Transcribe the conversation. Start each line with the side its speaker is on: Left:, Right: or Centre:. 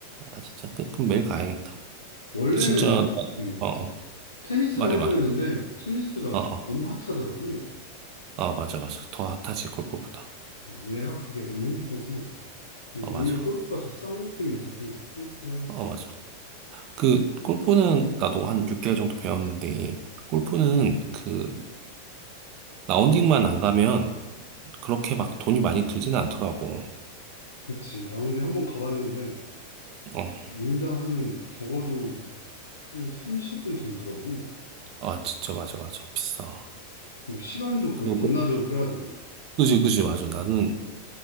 Right: 아, 진짜? 그- 그럼 매일 가야겠다.
Left: 원래는
Right: 근데 진짜,
Left: 음,
Right: 어, 어.
Left: 테니스를
Right: 말해,
Left: 하려고
Right: 말해.
Left: 했는데 테니스가
Right: 어, 어,
Left: 너무 핫하더라고.
Right: 어, 맞아, 맞아. 더 핫하지, 골프보다.
Left: 음, 예약하기가 너무 힘들어서 그냥
Right: 어,
Left: 오히려
Right: 맞아.
Left: 골프가 더 싼 느낌이 있어서 골프를 하고
Right: 어,
Left: 있어.
Right: 맞아. 그, 골프는 나도 한 6개월 정도 배웠는데, 골프는 그, 라운딩만 안 가면 그렇게 막 돈이 많이 들진 않더라고.
Left: 그치. 라운드에 한 번 가봤는데
Right: 어,
Left: 인당 한 적어도 한 30은 들더라고.
Right: 아, 진짜 맞아, 맞아. 비싸.
Left: 그리고 시간도 거의
Right: 그,
Left: 반나절을
Right: 뭐-
Left: 빼야 되고.
Right: 그지, 그지, 맞아. 나는